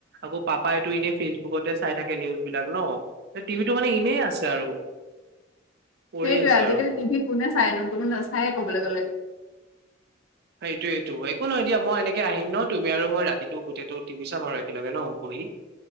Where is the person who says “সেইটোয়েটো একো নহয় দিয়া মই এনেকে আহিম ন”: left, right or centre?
Right